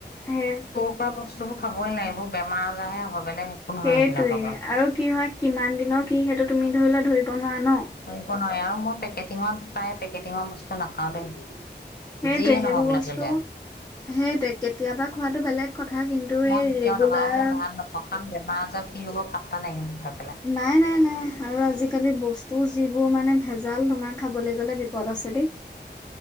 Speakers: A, on the left; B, on the left.
A: হে
B: তেনেকুৱা বস্তুবোৰ খাবই নালাগে এইবোৰ বেমাৰ আজাৰে হে হ'ব। নহয়
A: সেইটোৱে
B: এইবিলাকৰ পৰা।
A: আৰু কি হয় কিমান দিনৰ কি সেইটো তুমি ধৰি লোৱা ধৰিব নোৱাৰা ন।
B: ধৰিব নোৱাৰে আৰু মই পেকেটিঙত প্ৰায় পেকেটিঙৰ বস্তু নাখাওঁ দেই।
A: সেইটোৱে
B: যিয়ে
A: সেইবোৰ
B: নহওঁক
A: বস্তু
B: লাগিলে।
A: সেইটোৱে কেতিয়াবা খোৱাটো বেলেগ কথা কিন্তু
B: মই
A: এই
B: কেতিয়াও
A: ৰেগুলাৰ
B: নাখাওঁ, আৰু মই ভাল নাপাওঁ কাৰণ বেমাৰ আজাৰ কি হ'ব পাত্তা নাই সেইবোৰ খাই পেলাই।
A: নাই নাই নাই, আৰু আজিকালি বস্তু যিবোৰ মানে ভেজাল তোমাৰ খাবলৈ গ'লে বিপদ আছে দেই।